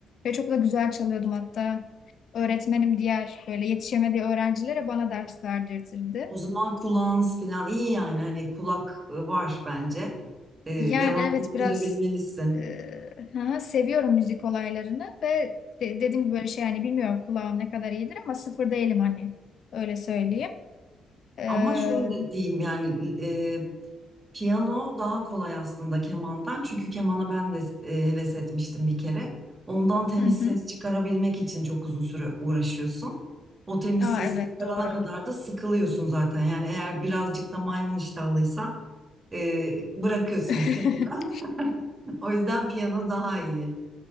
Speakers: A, on the left; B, on the right.
A: Ve çok da güzel çalıyordum hatta. Öğretmenim diğer böyle yetişemediği öğrencilere bana ders verdirtirdi.
B: O zaman kulağınız filan iyi yani. Hani kulak e, var bence. E,
A: Yani
B: devam
A: evet
B: ettirebilmelisin.
A: biraz e, ha, seviyorum müzik olaylarını ve de- dediğim gibi böyle şey yani bilmiyorum kulağım ne kadar iyidir ama sıfır değilim hani öyle söyleyeyim. Ee,
B: Ama şöyle diyeyim yani e, piyano daha kolay aslında kemandan. Çünkü kemana ben de e, heves etmiştim bir kere. Ondan temiz
A: hı hı.
B: ses çıkarabilmek için çok uzun süre uğraşıyorsun. O temiz
A: Aa,
B: sesi
A: evet
B: çıkarana
A: doğru.
B: kadar da sıkılıyorsun zaten. Yani eğer birazcık da maymun iştahlıysan e, bırakıyorsun
A: <laughs>
B: bir kenara. <laughs> O yüzden piyano daha iyi.